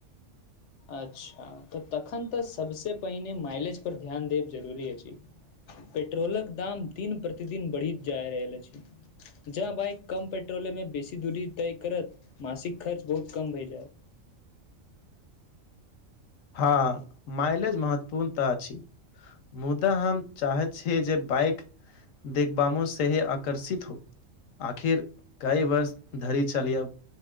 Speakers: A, on the left; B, on the left.
A: अच्छा त तखन त सबसे पहिने माइलेज पर ध्यान देब जरुरी अछि पेट्रोलक दाम दिन प्रतिदिन बढ़ि जाय रहल अछि जह बाइक कम पेट्रोले मे बेसी दूरी तय करत मासिक खर्च बहुत कम भए जायत
B: हँ मइलेज महत्वपूर्णता अछि मुदा हम चाहैत छियै जे बाईक देखबामो सेहे आकर्षित हो आखिर कई वर्ष धरि चलियब